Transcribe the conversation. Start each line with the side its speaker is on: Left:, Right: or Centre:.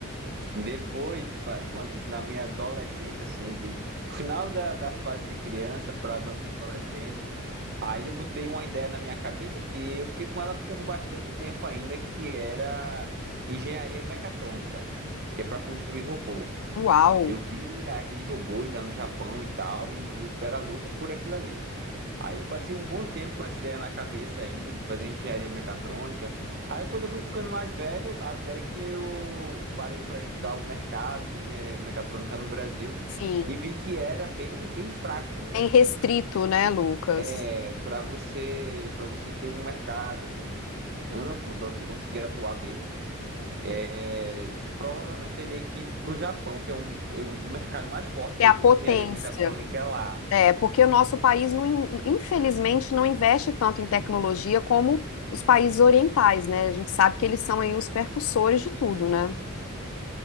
Right: Depois, pa- quando na minha adolescência, assim, de final da, da fase de criança para adolescente, aí eu botei uma ideia na minha cabeça que eu fiquei com ela por bastante tempo ainda, que era engenharia mecatrônica, que é para construir robô.
Left: Uau!
Right: Eu via aqueles robôs lá no Japão e tal, e eu era louco por aquilo ali. Aí eu passei um bom tempo com essa ideia na cabeça ainda, de fazer engenharia mecatrônica. Aí quando eu fui ficando mais velho, até que eu parei para estudar o mercado de engenharia mecatrônica no Brasil
Left: Sim,
Right: e vi que era bem, bem fraco, né?
Left: tem restrito, né, Lucas?
Right: É, para você, para você ter um mercado assim amplo, para você conseguir atuar bem, é, provavelmente teria que ir para o Japão, que é um, é o mercado mais forte
Left: É
Right: hoje
Left: a potência.
Right: de engenharia mecatrônica é lá.
Left: É, porque o nosso país, não, in- infelizmente, não investe tanto em tecnologia como os países orientais, né? A gente sabe que eles são aí os percussores de tudo, né?